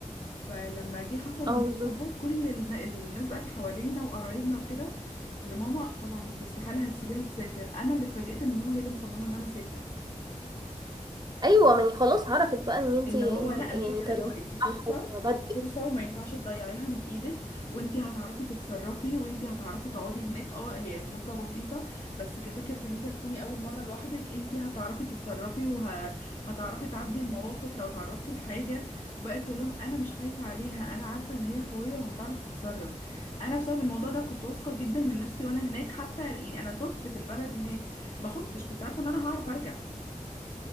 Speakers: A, on the left (about 50°); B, on the right (about 30°).
A: فلما جه حصل
B: اه
A: الموضوع
B: بالظبط
A: ده كل النا- الناس بقى اللي حوالينا وقرايبنا وكده لماما طبعا انت استحالة هتسيبيها تسافر انا اللي اتفاجئت ان ماما هي اللي مصممة ان انا اسافر
B: ايوه ما هي خلاص عرفت بقى ان انت
A: اللي هو لا مش
B: يعني
A: فكرة
B: تربيتك
A: اللي هو انت فرصة
B: صح وبدأ
A: فرصة وما ينفعش تضيعيها من ايدك وانت هتعرفي تتصرفي وانت هتعرفي تقعدي هناك اه هي المدة بسيطة بس كفكرة ان انت هتكوني اول مرة لوحدك انت هتعرفي تتصرفي وهتعرفي تعدي المواقف لو تعرضتي لحاجة بقت تقول لهم انا مش خايفة عليها انا عارفة ان هي قوية وهتعرف تتصرف انا بسبب الموضوع ده كنت واثقة جدا من نفسي وانا هناك حتى يعني انا تهت في البلد هناك ما خفتش كنت عارفة ان انا هعرف ارجع